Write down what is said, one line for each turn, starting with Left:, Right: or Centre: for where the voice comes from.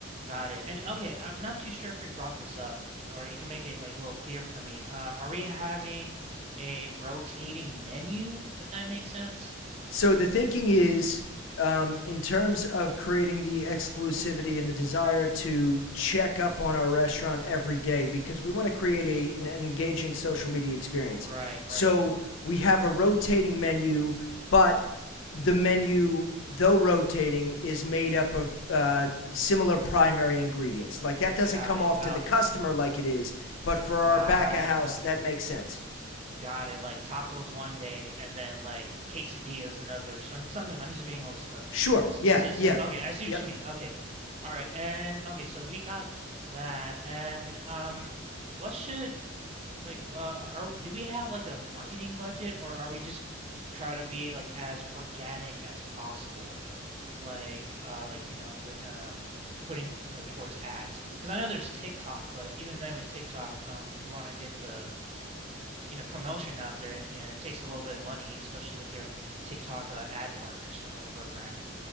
Right: Got it. And okay, I'm not too sure if we brought this up or you can make it like a little clear for me. Uh are we having a rotating menu if that makes sense?
Left: So the thinking is, um, in terms of creating the exclusivity and the desire to check up on our restaurant every day, because we want to create a, an engaging social media experience.
Right: Right, right.
Left: So we have a rotating menu, but the menu, though rotating, is made up of uh, similar primary ingredients. Like that doesn't
Right: Got
Left: come
Right: it.
Left: off
Right: Okay.
Left: to the customer like it is, but for our
Right: Got
Left: back of house,
Right: it. Okay.
Left: that makes sense.
Right: got it like tacos one day and then like quesadillas another some, something i'm just being a little uh,
Left: Sure.
Right: s-
Left: Yeah.
Right: s-
Left: Yeah.
Right: simple okay i see
Left: Yep.
Right: what you mean okay all right and okay so we got that and um what should like uh are do we have like a marketing budget or are we just try to be like as organic as possible like uh like you know with um putting uh, towards ads because i know there's TikTok but even then with TikTok um if you want to get the you know promotion out there you know it takes a little bit of money especially with their TikTok uh, ad partners uh, program